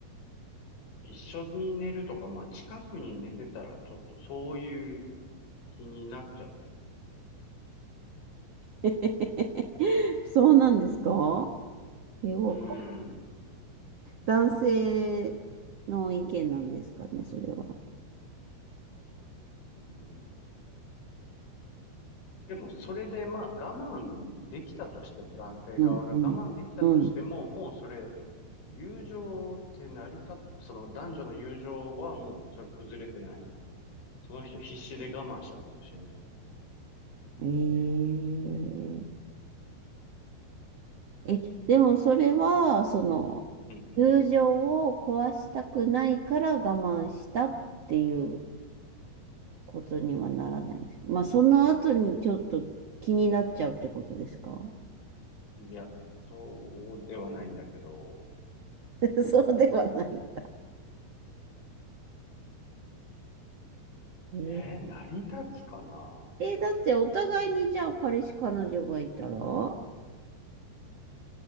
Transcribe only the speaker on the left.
一緒に寝るとか、まあ近くに寝てたらちょっとそういう気になっちゃうじ
ゃん。うん。
うん。でもそれでまあ我慢できたとしても、男性側が我慢できたとしても、
もうそれ友情って成り立っ、その男女の友情はもうそれ崩れてないその人必死で我慢したかもしれないもん。
うんう
ん。いや、そうではないんだけど、
えー、成り立つかな